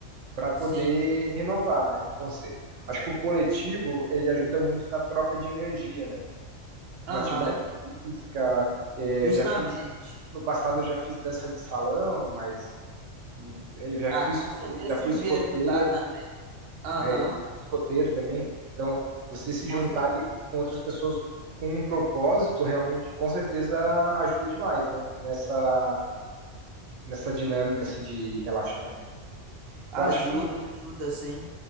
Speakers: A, on the right; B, on the right.
A: para poder
B: Sim.
A: renovar, né? Então, se- acho que o coletivo, ele ajuda muito na troca de energia, né? Uma
B: Aham.
A: atividade física, é,
B: Justamente.
A: eu já fiz no passado eu já fiz dança de salão, mas eu já
B: Ah,
A: fui
B: com
A: escoteiro,
B: certeza
A: já fui
B: devia
A: escoteiro,
B: ajudar também. Aham.
A: é, escoteiro também. Então, você se
B: Com
A: juntar
B: certeza.
A: ali com outras pessoas com um propósito realmente, com certeza ajuda demais, né? Nessa nessa dinâmica assim de relaxamento. Eu
B: Ajuda,
A: acho que
B: ajuda, sim.